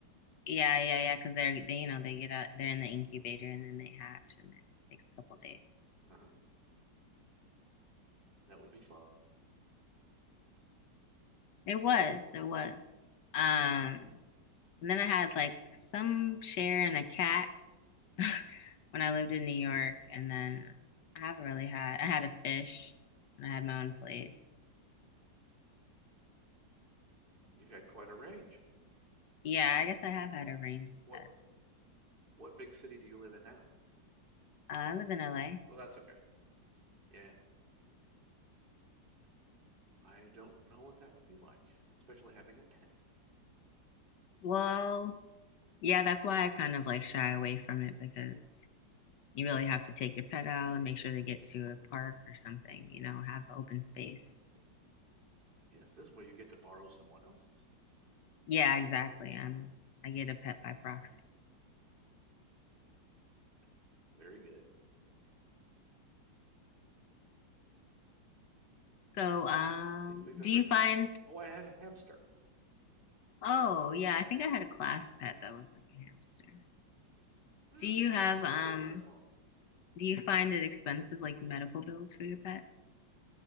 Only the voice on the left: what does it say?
Yeah, yeah, yeah, because they're they you know they get out they're in the incubator and then they hatch and it takes a couple days.
It was, it was. Um, and then I had like some share in a cat <laughs> when I lived in New York, and then I haven't really had I had a fish when I had my own place.
Yeah, I guess I have had a range of
pets.
Uh, I live in LA.
Well, yeah, that's why I kind of like shy away from it because you really have to take your pet out and make sure they get to a park or something, you know, have open space.
Yeah, exactly. I'm I get a pet by proxy.
So, um,
do
you
find
oh, yeah, I think I had a class pet that was like a hamster.
Do you have
um
do you find it expensive like medical bills for your pet?